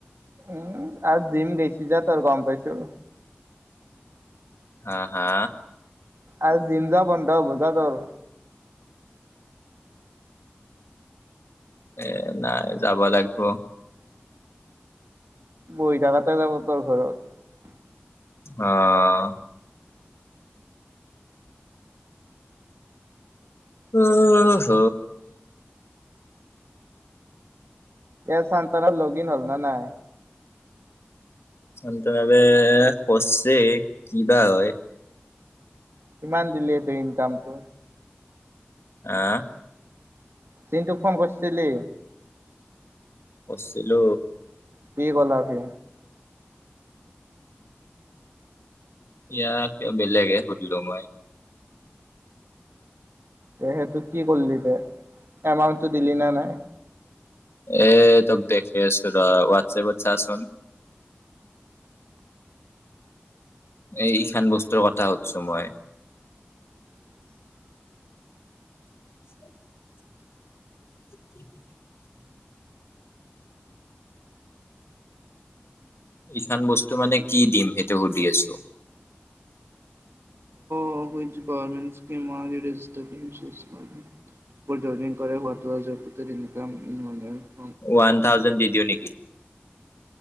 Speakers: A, on the right; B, on the left.
A: উম আৰু দিম গৈছি যা ত আৰু গম পাইছো।
B: হা হা।
A: আজ জিমজা বন। ন মজা ন আৰু।
B: এ নাই যাব লাগিব।
A: বহি থাকাতে যাব তোৰ ঘৰত।
B: আহ। আহ হ।
A: ইয়াত চান্তান লগইন হ'ল ন নাই।
B: চানটাৰা ভাৱে বচছে। কিবা হয়।
A: কিমান দিলেহেতে, ইনকামটো।
B: আহ।
A: চিনন্তুোক ফোন কৰিছিলি।
B: বছিলো।
A: কি ক'লা ভি।
B: ইয়া ক বেলেগে খুদলো মই।
A: তে সেইটো কি কৰিলি, দে এমাউন্টটো দিলি নে নাই।
B: এ তো়ক দেখাই আছোঁ ৰহ ৱাট ৱাটচেপট চা চোঁন। <inaudible> এই ই খান বস্তুৰ কথা কৈছো মই <inaudible> উ <inaudible> এইখান বস্তু মানে কি দিম সেইটো সুধি আছোঁ
A: স্ানে <unintelligible>
B: ৱান থাউজেন্ড দি দিওঁ নেকি?